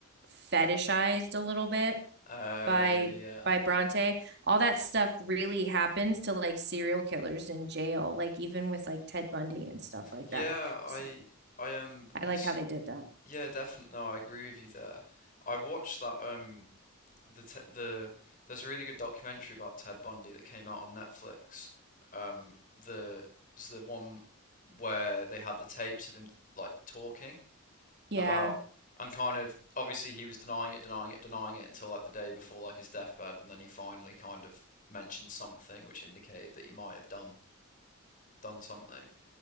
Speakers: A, on the right; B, on the left.
A: fetishized a little bit
B: Oh
A: by
B: yeah,
A: by Bronte. All that stuff really happens to like serial killers in jail, like even with like Ted Bundy and stuff like
B: yeah.
A: that.
B: I
A: So
B: I um
A: I
B: I
A: like
B: s-
A: how they did that.
B: yeah definitely. No, I agree with you there. I watched that um the te the there's a really good documentary about Ted Bundy that came out on Netflix. Um, the it's the one where they had the tapes of him like talking
A: Yeah.
B: about and kind of obviously he was denying it, denying it, denying it until like the day before like his deathbed, and then he finally kind of mentioned something which indicated that he might have done done something.